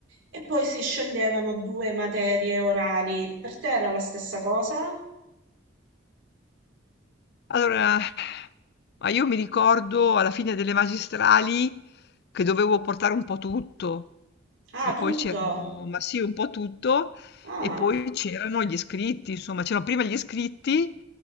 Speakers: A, on the right; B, on the left.
A: e poi si sceglievano due materie orali. Per te era la stessa cosa?
B: Allora, ma io mi ricordo alla fine delle magistrali che dovevo portare un po' tutto
A: Ah,
B: e
A: tutto.
B: poi c'erano, ma sì, un po' tutto
A: Ah,
B: e poi c'erano gli iscritti, insomma, c'erano prima gli iscritti